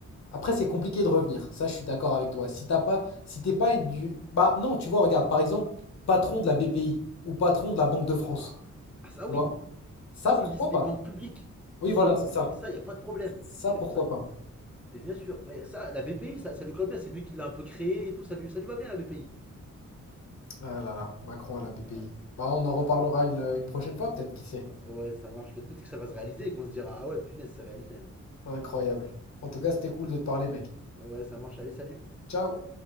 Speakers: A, on the left; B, in the centre.
A: Après, c'est compliqué de revenir. Ça, je suis d'accord avec toi. Si t'as pas, si t'es pas une du. Bah non, tu vois, regarde, par exemple, patron de la BPI ou patron de la Banque de France.
B: Ah, ah, ça
A: Tu
B: oui,
A: vois? Ça,
B: ça
A: pourquoi
B: oui, mais ça c'est
A: pas?
B: des banques publiques.
A: Oui,
B: Ça
A: voilà,
B: c'est des banques
A: c'est ça.
B: publiques, ça, il n'y a pas de problème.
A: Ça,
B: C'est
A: pourquoi
B: pour ça.
A: pas?
B: Mais bien sûr, mais ça, la BPI, ça, ça lui colle bien, c'est lui qui l'a un peu créé et tout, ça lui, ça lui va bien la BPI.
A: Ah là là, Macron à la BPI.
B: Ouais,
A: Bah, on en reparlera
B: Ah,
A: une, une prochaine fois, peut-être, qui sait.
B: ouais ça marche, peut-être que ça va se réaliser et qu'on se dira, ah ouais, punaise, c'est réalisé. hein.
A: Incroyable. En tout cas, c'était cool de te parler, mec.
B: Ouais, ça marche, allez, salut.
A: Ciao!